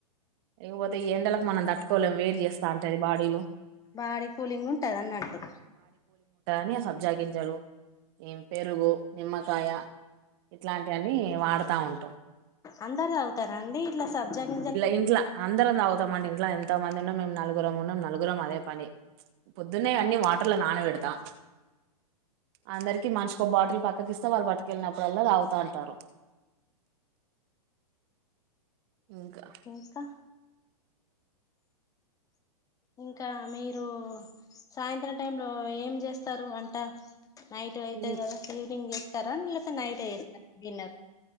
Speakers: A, on the right; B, on the left.
A: ఇకపోతే ఈ ఎండలకు మనం తట్టుకోలేం వేడి చేస్తా ఉంట బాడీలు
B: బాడీ కూలింగ్ ఉంటది అన్నట్టు
A: ని సబ్జాగజలు పెరుగు నిమ్మకాయ ఇట్లాంటి అన్నీ వాడుతా ఉంటాం
B: అందరు అవుతారండి ఇట్లా సబ్జగింజ
A: ఇంట్ అందరం తాగుతాంంట ఇంట్లో ఎంత మంది ఉన్నా మేము నలుగురం ఉన్నాం నలుగురం అదే పని పొద్దున్న అన్ని వాటర్ల నానబెడతాం అందరికి మంచికో బాటిల్ పక్కకిస్తే వాళ్ళు పట్టుకెళ్ళినప్పుడుల్లా తాగుతా అంటారు ఇంకా
B: ఇంకా ఇంకా మీరు సాయంత్రం టైంలో ఏం చేస్తారు అంట నైట్ అయితుది
A: ఈ
B: కదా ఈవనింగ్ ఎ స్తార నిల సా నైట్స్త డిన్నర్